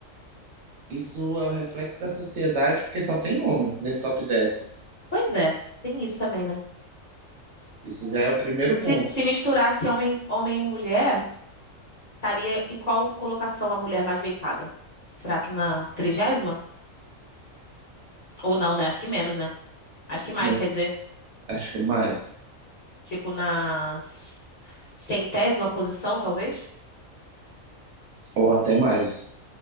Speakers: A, on the right (about 65°); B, on the left (about 35°).
A: isso é o reflexo da sociedade, porque só tem homem nesse top 10.
B: Pois é, tem isso também, né?
A: Esse já é o primeiro
B: Se,
A: ponto.
B: se misturasse homem, homem e mulher, estaria em qual colocação a mulher mais bem paga? Será que na trigésima? Ou não, né? Acho que menos, né? Acho que mais,
A: Não,
B: quer dizer.
A: acho que mais.
B: Tipo, na s- centésima posição, talvez?
A: Ou até mais.